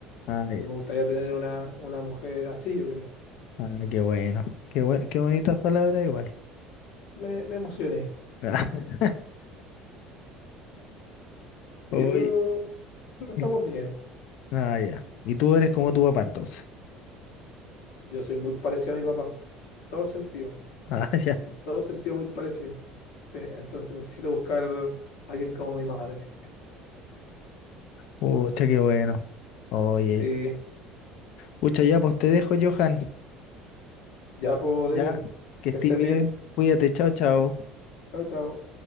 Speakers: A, on the left (about 65°); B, on the left (about 85°).
A: Ah,
B: Entonces
A: ya.
B: me gustaría tener una, una mujer así, yo creo.
A: Ah, qué bueno. Qué bueno, qué bonitas
B: Sí.
A: palabras igual.
B: Me, me emocioné,
A: <laughs>
B: sí,
A: Ah,
B: pero,
A: oye,
B: pero estamos
A: y-
B: bien.
A: ah, ya. Y tú eres como tu papá entonces. <laughs>
B: Yo soy muy parecido a mi papá, en todo sentido,
A: Ah, ya.
B: en todo sentido muy parecido. Sí, entonces necesito buscar a alguien como mi madre.
A: Pucha, qué bueno. Oye.
B: Sí,
A: Pucha, ya, pues te dejo, Johan.
B: ya pues, Denis,
A: Ya. Que
B: que
A: estés
B: estés
A: bien.
B: bien.
A: Cuídate, chao, chao.
B: Chao, chao.